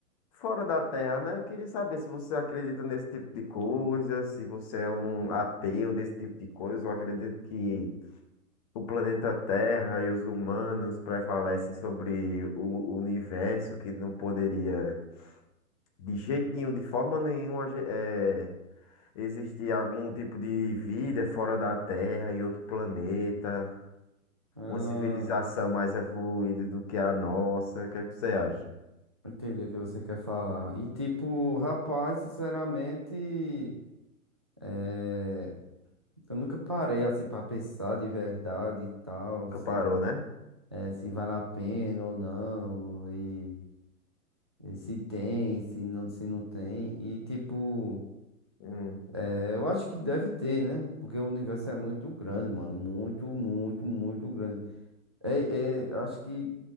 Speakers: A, on the left; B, on the right.
A: fora da Terra, né? Eu queria saber se você acredita nesse tipo de coisa, se você é um ateu desse tipo de coisa, ou acredita que o planeta Terra e os humanos prevalecem sobre o, o universo que não poderia, de jeito nenhum, de forma nenhuma, ge- eh, existir algum tipo de vida fora da Terra, em outro planeta,
B: Ah,
A: uma civilização mais evoluída do que a nossa. O que é que você acha?
B: entendi o que você quer falar. E tipo, rapaz, sinceramente, é, eu nunca parei assim pra pensar de verdade e tal,
A: Nunca
B: se,
A: parou, né?
B: é, se vale a pena ou não. e E se tem, se não, se não tem. E tipo,
A: Hum.
B: é, eu acho que deve ter, né? Porque o universo é muito grande, mano. Muito, muito, muito grande. É, é, acho que